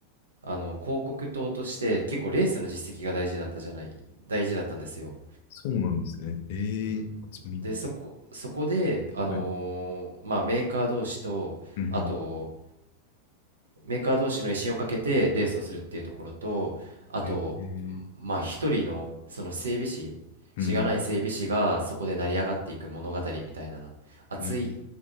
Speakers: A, on the right; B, on the left.
A: あの広告塔として結構レースの実績が大事だったじゃない大事だったんですよ。
B: そうなんですね。ええー初耳。
A: うんでそこ、そこで、あのーまあ、
B: はい。
A: メーカー同士とあと
B: うん。
A: メーカー同士の威信をかけてレースをするっていうところとあと、
B: ええー
A: まあ、一人のその整備士しがない整備士がそこで成り上がっていく物語みたいなな熱い
B: うん。うん。